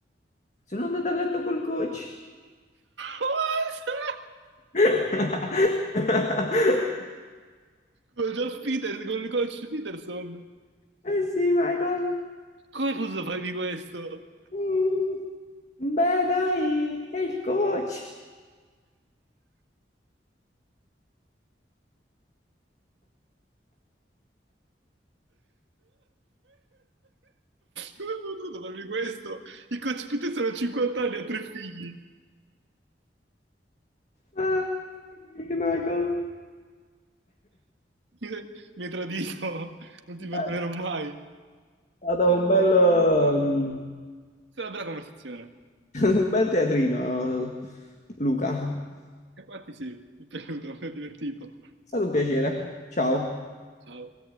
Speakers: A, on the left (about 40°); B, on the right (about 80°).
A: sono andata a letto col coach.
B: Cosa?
A: <laughs>
B: Con Josh Peters, con il coach Peterson.
A: Eh sì, Michael.
B: Come hai potuto farmi questo?
A: Mm. Beh, dai, è il coach.
B: Come ho potuto farmi questo? Il coach Pitt sono 50 anni, ha tre figli.
A: Eh, non so che dirti, Michael.
B: Mi mi hai tradito, non ti perdonerò
A: Eh,
B: mai. È
A: Stato un bel, um,
B: stata una bella conversazione.
A: un bel teatrino, Luca. È
B: E Infatti sì, mi è piaciuto, mi è divertito.
A: stato un piacere. Ciao.
B: Ciao.